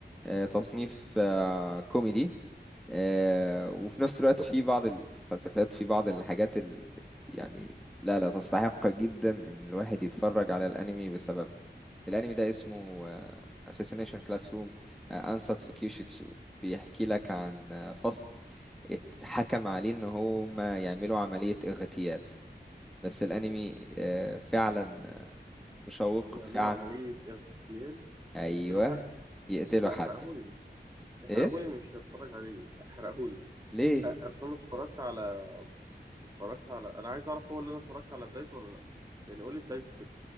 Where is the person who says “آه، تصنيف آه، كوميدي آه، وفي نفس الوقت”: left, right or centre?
Centre